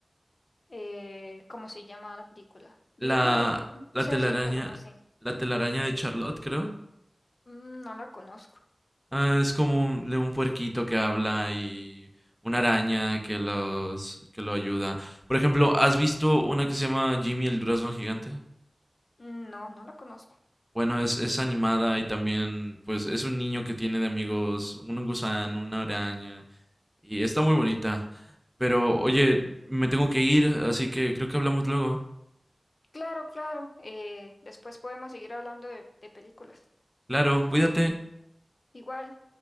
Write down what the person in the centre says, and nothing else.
la,
la
telaraña,
la telaraña de Charlotte, creo.
Ah, es como un, de un puerquito que habla y una araña que los que lo ayuda. Por ejemplo, ¿has visto una que se llama Jimmy el durazno gigante?
Bueno, es, es animada y también, pues, es un niño que tiene de amigos un gusano, una araña y está muy bonita. Pero, oye, me tengo que ir, así que creo que hablamos luego.
Claro, cuídate.